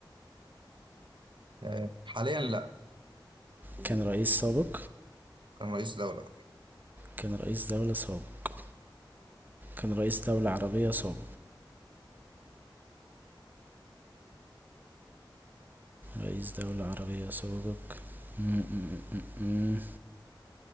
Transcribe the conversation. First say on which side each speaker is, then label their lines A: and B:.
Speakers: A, on the right; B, on the right.
A: آه، حاليا لا
B: كان رئيس سابق
A: كان رئيس دولة
B: كان رئيس دولة سابق كان رئيس دولة عربية سابق رئيس دولة عربية سابق م- م- م- م.